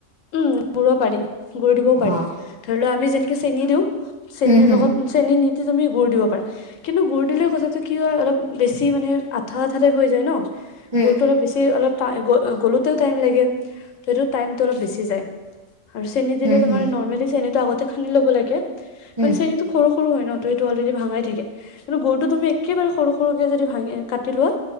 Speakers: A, on the left (about 85°); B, on the right (about 40°).
A: উম, গুড় পাৰি। গুড় দিবও
B: অ'
A: পাৰি, ধৰি লোৱা আমি যেনেকে চেনি দিওঁ, চেনিৰ
B: হুম, হুম,
A: লগত চেনি নি তেতিয়া তুমি গুড় দিব পাৰা। কিন্তু গুড় দিলে কথাটো কি হয়, অলপ বেছি মানে আঠা, আঠা, টাইপ হৈ যায় ন।
B: উম,
A: গুড়টো অলপ, বেছি অলপ <unintelligible> গ গ'লোতেও টাইম লাগে। সেটো টাইম টো অলপ বেছি যায়। আৰু চেনি দিলে
B: হুম,
A: তোমাৰ
B: হুম,
A: নৰ্মেলি চেনিটো আগত তে খানি ল'ব লাগে কাৰণ
B: উম।
A: চেনিটো সৰু সৰু হয় ন', ত' সেইটো অলৰেডি ভাঙাই থাকে। কিন্তু গোৰটো তুমি একেবাৰে সৰু সৰুকে যদি ভাঙি কাটি লোৱা